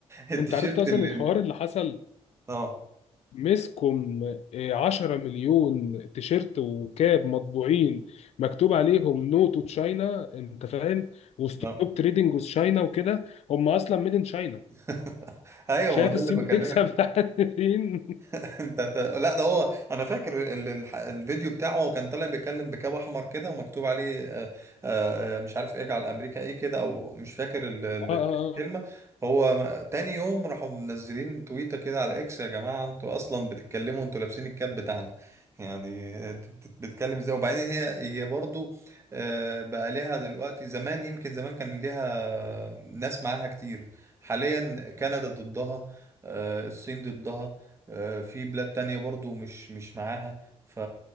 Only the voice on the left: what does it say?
انت عرفت اصلا
الحوار اللي حصل
مسكم آه، 10 مليون تيشيرت وكاب مطبوعين مكتوب عليهم نو تو تشاينا انت فاهم وستوب
تريدنج وذ تشاينا وكده هم اصلا ميد ان تشاينا
شايف
الصين
بتكسب <laughs> لحد فين
اه اه
اه